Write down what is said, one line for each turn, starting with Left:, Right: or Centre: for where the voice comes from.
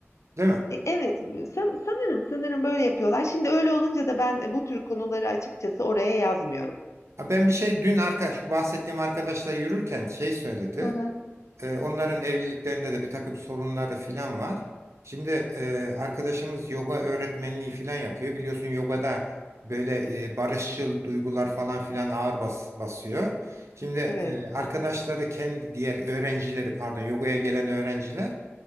Right: Değil mi?
Left: E, evet, san sanırım, sanırım böyle yapıyorlar. Şimdi öyle olunca da ben, e, bu tür konuları açıkçası oraya yazmıyorum.
Right: Ha, Ben bir şey dün arkadaş, şu bahsettiğim arkadaşla yürürken şey söyledi.
Left: Hı hı.
Right: E, onların evliliklerinde de bir takım sorunları filan var. Şimdi e, arkadaşımız yoga öğretmenliği filan yapıyor. Biliyorsun yogada böyle e, barışçıl duygular falan filan ağır bas, basıyor. Şimdi e,
Left: Evet,
Right: arkadaşları kendi diğer öğrencileri pardon yogaya gelen öğrenciler